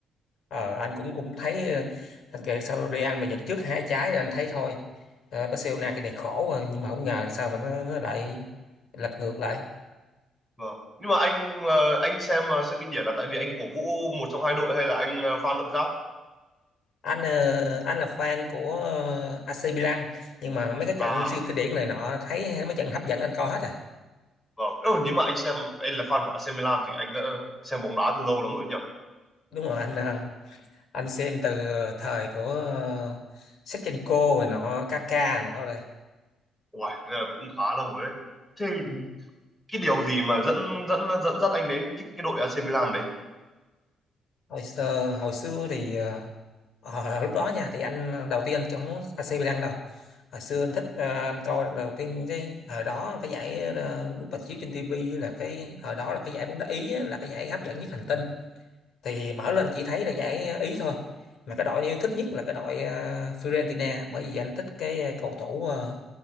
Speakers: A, on the left; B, in the centre.
A: ờ, anh cũng cũng thấy ờ, anh kể sao Real mà dẫn trước hai trái rồi anh thấy thôi ờ, Barcelona cái này khổ rồi nhưng mà không ngờ sao mà nó, nó lại lật ngược lại
B: vâng nhưng mà anh ờ, anh xem ờ, siêu kinh điển là tại vì anh cổ vũ một trong hai đội hay là anh ờ, fan đội khác
A: anh ờ, anh là fan của ờ, AC Milan nhưng mà mấy cái trận
B: à
A: siêu kinh điển này nọ thấy mấy trận hấp dẫn anh coi hết à
B: vâng nếu mà nếu mà anh xem anh là fan của AC Milan thì anh đã xem bóng đá từ lâu lắm rồi nhỉ
A: đúng rồi anh ờ, anh xem từ ờ, thời của ờ, Shevchenko rồi nọ Kaka nọ rồi
B: Uầy, thế là cũng khá lâu rồi đấy thế
A: Ừ.
B: cái điều gì mà dẫn dẫn dẫn dắt anh đến thích cái đội AC Milan đấy
A: hồi xưa, hồi xưa thì ờ, ờ, lúc đó nha thì anh ờ, đầu tiên anh chống AC Milan đâu hồi xưa anh thích ờ, anh coi đầu tiên cái thời đó cái giải ờ, lúc mà chiếu trên TV là cái thời đó là cái giải bóng đá Ý á, là cái giải hấp dẫn nhất hành tinh thì mở lên chỉ thấy là giải Ý thôi mà cái đội anh yêu thích nhất là cái đội ờ, Fiorentina bởi vì anh thích cái ờ, cầu thủ ờ,